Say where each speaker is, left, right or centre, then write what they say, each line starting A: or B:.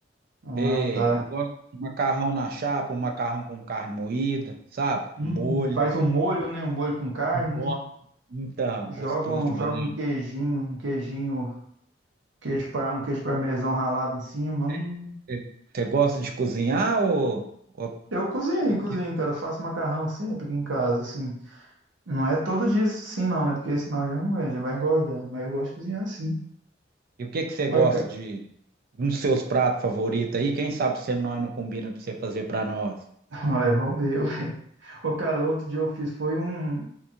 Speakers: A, on the right; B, on the right.
A: Ah,
B: Você,
A: tá.
B: eu gosto de macarrão na chapa, um macarrão com carne moída, sabe? Com
A: Hum,
B: molho.
A: faz um molho, né? Um molho com carne,
B: Nossa.
A: né?
B: Então,
A: Joga
B: gostoso
A: um,
B: demais.
A: joga um queijinho, um queijinho, queijo para um queijo parmesão ralado em cima.
B: Você,
A: Hum.
B: você- você gosta de cozinhar ou, ou
A: Eu cozinho,
B: porque?
A: cozinho, cara. Faço macarrão sempre aqui em casa, assim. Não é todo dia assim, não, né? Porque senão a gente não aguenta, a gente vai engordando. Mas eu gosto de cozinhar assim.
B: E o que que você
A: Olha,
B: gosta
A: ca-
B: de nos seus pratos favoritos aí? Quem sabe se nós não combina pra você fazer pra nós?
A: <laughs> Olha, vamos ver. <laughs> ué. Ô, cara, outro dia eu fiz foi um.